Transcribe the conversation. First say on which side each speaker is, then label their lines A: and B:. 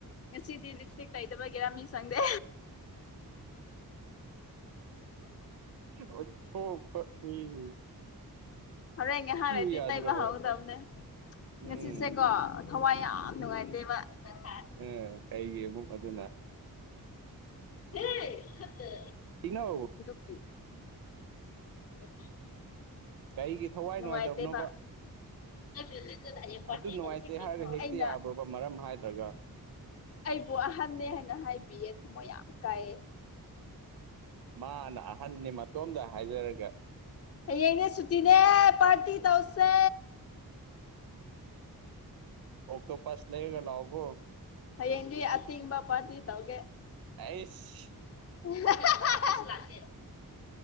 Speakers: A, on the left; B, on the right.
A: ꯉꯁꯤꯗꯤ ꯂꯤꯞꯁꯇꯤꯛ ꯇꯥꯏꯗꯕꯒꯤꯔꯥ ꯃꯤ ꯆꯪꯗꯦ
B: ꯑ‌ꯣꯟꯊ‌ꯣꯛꯄ ꯃꯤꯁꯤꯡꯁ
A: ꯍꯣꯔꯦꯟ ꯉꯍꯥꯛ ꯂꯩꯔꯗꯤ
B: ꯌꯥꯗ꯭ꯔꯣ
A: ꯇꯩꯕ ꯍꯧꯔꯗꯕꯅꯦ
B: ꯎꯝ
A: ꯉꯥꯁꯤꯁꯦꯀꯣ ꯊꯋꯥꯏ ꯌꯥꯝ
B: ꯎꯝ
A: ꯅꯨꯡꯉꯥꯏ ꯇꯩꯕ <unintelligible>
B: ꯑ ꯀꯩꯒꯤꯃꯨꯛ ꯑꯗꯨꯅ
A: <unintelligible> ꯈꯠꯇ
B: ꯀꯤꯅꯣ
A: ꯅꯨꯄꯤ <unintelligible>
B: ꯀꯩꯒꯤ ꯊꯋꯥꯏ
A: ꯅꯨꯡꯉꯥꯏꯇꯦꯕ
B: ꯅꯨꯡꯉꯥꯏꯇꯕꯅꯣꯕ
A: <unintelligible> ꯄꯥꯔꯇꯤ
B: ꯑꯗꯨ ꯅꯨꯡꯉꯥꯏꯇꯦ
A: ꯇꯧꯁ‌ꯦ ꯀꯩꯅ‌ꯣ
B: ꯍꯥꯏꯔꯒ ꯍꯦꯛꯇ
A: ꯑꯩꯅ
B: <unintelligible> ꯃꯔꯝ ꯍꯥꯏꯗ꯭ꯔꯒ
A: ꯑꯩꯕꯨ ꯑꯍꯟꯅꯦ ꯍꯥꯏꯅ ꯍꯥꯏꯕꯤꯌꯦ ꯊꯝꯃꯣꯏ ꯌꯥꯝ ꯀꯥꯏ
B: ꯃꯥꯅ ꯑꯍꯟꯅꯤ ꯃꯇꯣꯝꯗ ꯍꯥꯏꯖꯔꯒ
A: ꯍꯌꯦꯡꯅꯦ ꯁꯨꯇꯤꯅꯦ ꯄꯥꯔꯇꯤ ꯇꯧꯁꯦ
B: ꯑꯣꯛꯇꯣꯄꯁ ꯂꯩꯔꯒ ꯂꯥꯛꯎꯀ‌ꯣ
A: ꯍꯌꯦꯡꯗꯤ ꯑꯇꯤꯡꯕ ꯄꯥꯔꯇꯤ ꯇꯧꯒ‌ꯦ
B: ꯑꯩꯁ
A: <unintelligible> ꯂꯥꯛꯀ‌ꯦ